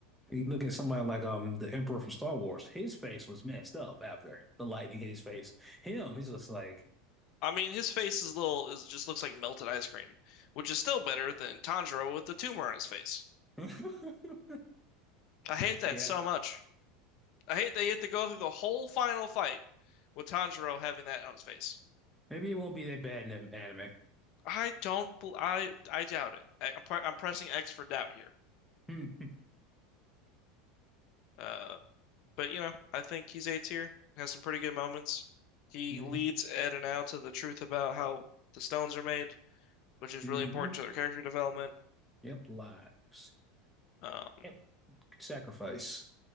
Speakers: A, in the centre; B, on the left.
A: you look at somebody like um the Emperor from Star Wars. His face was messed up after the lightning hit his face. Him, he's just like,
B: I mean, his face is little is just looks like melted ice cream, which is still better than Tanjiro with the tumor on his face.
A: <laughs>
B: I hate that
A: yeah.
B: so much. I hate that you have to go through the whole final fight with Tanjiro having that on his face.
A: Maybe it won't be that bad in the anime.
B: I don't. bel- I I doubt it. I, I'm, pre- I'm pressing X for doubt here.
A: <laughs>
B: Uh, but you know, I think he's A tier. Has some pretty good moments. He
A: Mm-hmm.
B: leads Ed and Al to the truth about how the stones are made, which is
A: hmm
B: really important to their character development.
A: Yep, lives.
B: Um,
A: Yep, sacrifice,